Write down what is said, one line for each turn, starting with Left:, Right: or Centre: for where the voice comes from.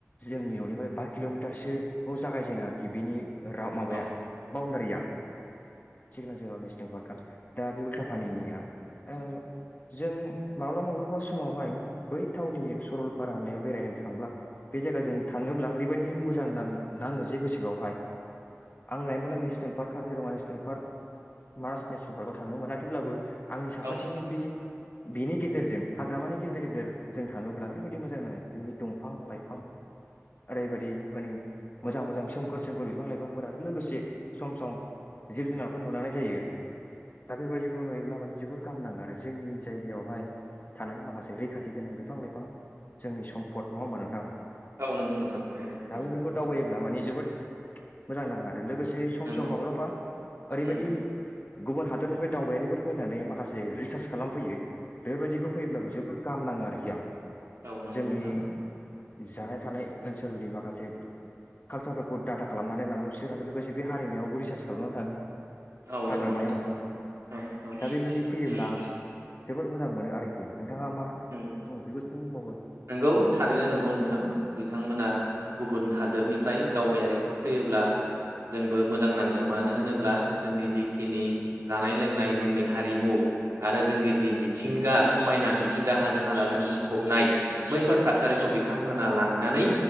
Left: जोंनि न'निफ्राय बा किल'मिटारसो बाव जागायजेनो आरोखि बिनि रा माबाया
Right: औ
Left: बाउण्डारिया। सिक्ना जोहोलाव नेसनेल पार्कआ दा बे उल्था पानिनिया ओ जों माब्लाबा माब्लाबा समावहाय बै टाउननि सरलपारा होनायाव बेरायनो थांब्ला बे जायगा जों थाङोब्ला ओरैबायदि मोजां नां नाङो जे गोसोआवहाय आं रायमना
Right: औ
Left: national park, Kaziranga national park, Manas national पार्कआव थांनो मोनाखैब्लाबो आंनि साखाथिनि
Right: औ
Left: बे बेनि गेजेरजों हाग्रामानि गेजेर गेजेरजों थाङोब्ला ओरैबायदि मोजां नांङो। बिनि दंफां लाइफां ओरैबायाददि माने मोजां मोजां सोमखोर सोमखोर बिफां लाइफांफोर आरो लोगोसे सम सम जिब जुनारफोर नुलांनाय जायो। दा बेबायदिखौ नुयोब्ला माने जोबोर गाहाम नाङो आरो जोंनि जायगायावहाय थानाय माखासे रैखाथि गोनां बिफां लाइफां जोंनि सम पद नङा होमबा नोंथां?
Right: औ नंगौ नोंथां नंगौ
Left: दा
Right: नोंथां।
Left: बेफोरखौ दावबायोब्ला माने जोबोद मोजां नाङो आरो लोगोसे सम
Right: नंगौ
Left: सम माब्लाबा ओरैबायदि
Right: औ
Left: गुबुन हादरनिफ्राय दावबायारिफोर फैनानै माखासे रिसार्च खालामफैयो बेफोरबायदिखौ फैयोब्लाबो जोबोद गाहाम नांङो आरोखि आं।
Right: औ नंगौ
Left: जोंनि
Right: नोंथां
Left: जानाय थानाय ओनसोलनि माखासे कालसारफोरखौ डाटा खालामनानै लाङो बिसोर आरो लोगोसे बे हारिमायावबो रिसार्च खालामनानै थाङो।
Right: औ नंगौ
Left: हाग्रामायावबो
Right: नोंथां औ औ
Left: दा बेबायदि फैयोब्ला
Right: नंगौ उम्म
Left: आं जोबोद मोजां मोनो आरोखि नोंथाङा मा
Right: नंगौ।
Left: बुङो बेखौ दंबावो
Right: नंगौ थारैनो नंगौ नोंथां बिथांमोना गुबुन हादोरनिफ्राय दावबायारिखौ फैयोब्ला जोंबो मोजां नाङो, मानो होनोब्ला जोंनि जिखिनि जानाय लोंनाय जोंनि हारिमु आरो जोंनि जि मिथिंगा समायना मिथिंगा हाजो हालाजों बुंफबनाय बैफोर थासारिखौ बिथांमोना लांनानै